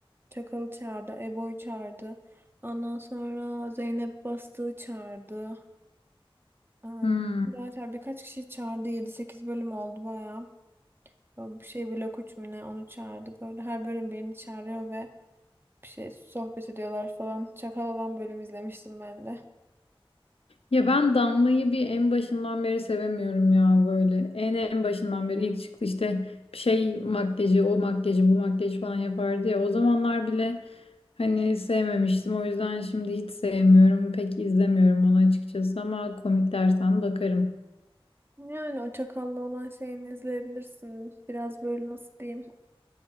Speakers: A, on the right; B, on the left.
A: Çakal'ı çağırdı. Ebo'yu çağırdı. Ondan sonra Zeynep Bastık'ı çağırdı. Aa,
B: Hmm.
A: Gerçi birkaç kişi çağırdı. yedi sekiz bölüm oldu bayağı. Böyle Bir şey blok üç mü ne onu çağırdı. Böyle her bölüm birini çağırıyor ve bir şey sohbet ediyorlar falan. Çakal olan bölüm izlemiştim ben de.
B: Ya ben Damla'yı bir en başından beri sevemiyorum ya böyle. En en başından beri ilk çıktı işte bir şey makyajı, o makyajı, bu makyajı falan yapardı ya. O zamanlar bile hani sevmemiştim. O yüzden şimdi hiç sevmiyorum. Pek izlemiyorum onu açıkçası ama komik dersen bakarım.
A: Yani o çakalla olan şeyini izleyebilirsin. Biraz böyle nasıl diyeyim.